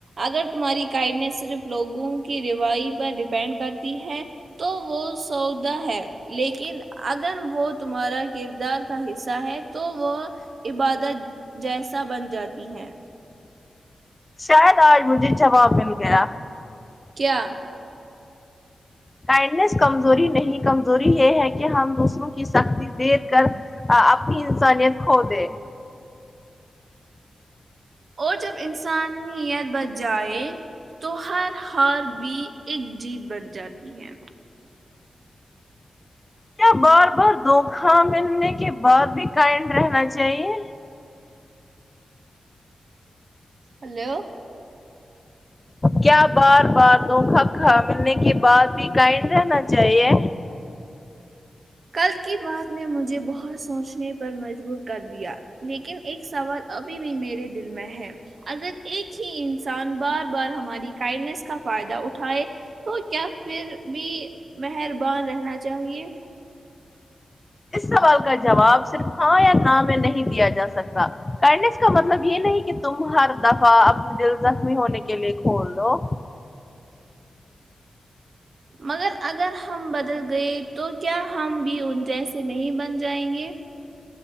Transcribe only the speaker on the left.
شاید آج مجھے جواب مل گیا
کائڈنیس کمزوری نہیں کمزوری یہ ہے کہ ہم دوسروں کی سختی دیکھ کر آ اپنی انسانیت کھو دے
کیا بار بار دھوکہ ملنے کے بعد بھی کائنڈ رہنا چاہیے
کیا بار بار دھوکہ کھانے کے بعد بھی کائنڈ رہنا چاہیے
اس سوال کا جواب صرف ہاں یا نہ میں نہیں دیا جا سکتا کائنڈنس کا مطلب یہ نہیں کہ تم ہر دفعہ اپنی دل زخمی ہونے کے لیے کھول دو